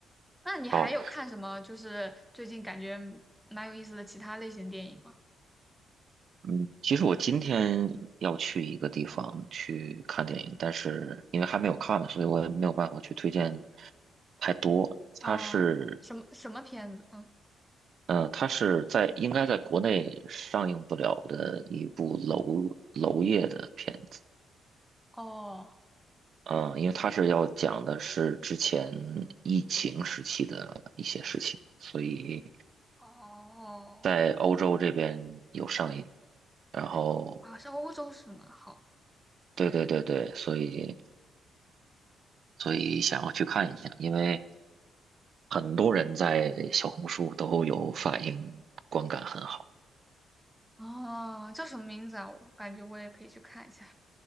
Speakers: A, in the centre; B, on the right.
A: 那你还有看什么？
B: 好。
A: 就是最近感觉蛮有意思的其他类型电影吗？
B: 嗯，其实我今天要去一个地方去看电影，但是因为还没有看嘛，所以我也没有办法去推荐太多。
A: 啊、
B: 它是，
A: 什么什么片子？嗯，
B: 嗯，它是在应该在国内上映不了的一部娄娄烨的片子，
A: 哦
B: 嗯、因为它是要讲的是之前疫情时期的一些事情，所以
A: 哦
B: 在欧洲这边有上映。然后，
A: 啊，是欧洲是吗？好
B: 对对对对，所以所以想要去看一下，因为。很多人在小红书都有反映，观感很好。
A: 哦，叫什么名字啊？我感觉我也可以去看一下。